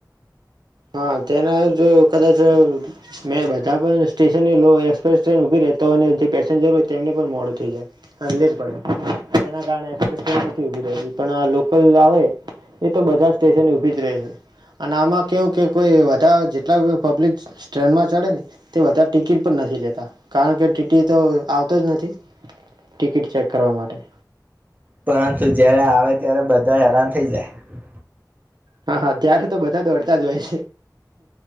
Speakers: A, on the right; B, on the right.
A: હા તેના જો કદાચ <unintelligible> મેં બધા પણ સ્ટેશન લો એક્સપ્રેસ ટ્રેન ઊભી રહેતો અને જે પેસેન્જર હોય તેમને પણ મોડું થઈ જાય અને લેટ પડે તેના કારણે એક્સપ્રેસ ટ્રેન નથી ઊભી રહેતી પણ આ લોકલ આવે એ તો બધા સ્ટેશન ઊભી જ રહે છે અને આમાં કેવું કે કોઈ બધા જેટલા પબ્લિક ટ્રેનમાં ચડે ને તે બધા ટિકિટ પણ નથી લેતા કારણ કે ટીટી તો આવતો જ નથી. ટિકિટ ચેક કરવા માટે
B: પરંતુ જયારે આવે ત્યારે બધા હેરાન થઈ જાય
A: હા હા ત્યારે તો બધા દોડતા જ હોય